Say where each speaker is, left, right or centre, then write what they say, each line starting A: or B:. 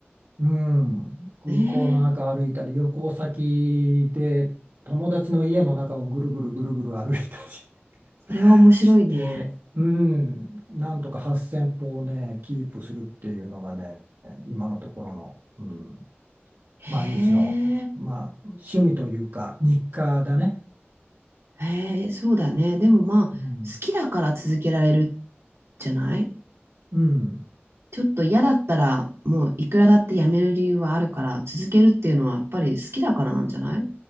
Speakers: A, on the right; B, on the right.
A: うん、空港の中歩いたり、
B: ええー
A: 旅行先で友達の家の中をぐるぐるぐるぐる歩いたり <laughs>
B: それは面白いね。
A: して、うん、なんとか8000歩をね、キープするっていうのがね、今のところの、うん、
B: へ
A: 毎日の、
B: え。
A: まあ、趣味というか、日課だね。
B: へえ、そうだね。でもまあ、好きだから続けられる
A: うん、
B: じゃない
A: うん、
B: ちょっと嫌だったら、もういくらだってやめる理由はあるから、続けるっていうのはやっぱり好きだからなんじゃない